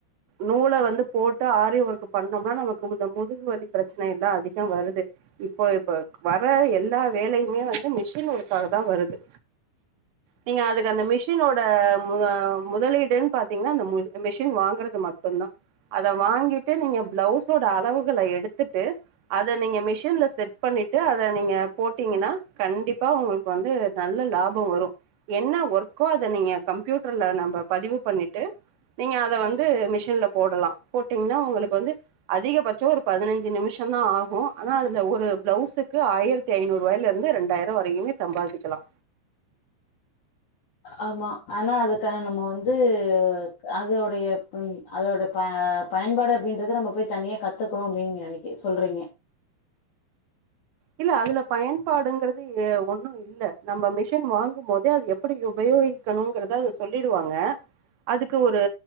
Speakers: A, on the right; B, on the left.
A: நூல வந்து போட்டு ஆரி ஒர்க் பண்ணோம்னா நமக்கு இந்த முதுகு வலி பிரச்சனை எல்லா அதிகம் வருது இப்போ இப்ப வர எல்லா வேலையுமே வந்து மிஷின் ஒருக்காக தா வருது நீங்க அதுக்கு அந்த மிஷினோட மு முதலீடுன்னு பாத்தீங்கன்னா அந்த மிஷின் வாங்குறது மட்டுந்தா அத வாங்கிட்டு நீங்க பிளவுஸோட அளவுகள எடுத்துட்டு அத நீங்க மிஷின்ல செட் பண்ணிட்டு அத நீங்க போட்டீங்கன்னா கண்டிப்பா உங்ளுக்கு வந்து நல்ல லாபம் வரு என்ன ஒர்க்கோ அத நீங்க கம்யூட்டர்ல நம்ம பதிவு பண்ணிட்டு நீங்க அத வந்து மிஷின்ல போடலா போட்டீங்ன்னா உங்களுக்கு வந்து அதிகபட்சோ ஒரு பதினைஞ்சு நிமிஷந்தா ஆகு ஆனா அதுல ஒரு பிளவுசுக்கு ஆயிரத்தி ஐநூறு ரூபாயில இருந்து ரெண்டாயிரோ வரையுமே சம்பாதிக்கலா
B: ஆமா ஆனா அதுக்கான நம்ம வந்து அதோடைய ம் அதோடைய ப பயன்பாடு அப்டின்றது நம்ம போய் தனியா கத்துக்கணு அப்டின்னு நீ நெனைக்கு சொல்றீங்க
A: இல்ல அதுல பயன்பாடுங்குறது ஒன்னு இல்ல நம்ம மிஷின் வாங்கும் போதே அது எப்டி உபயோகி க்கனுங்றத அத சொல்லிடுவாங்க அதுக்கு ஒரு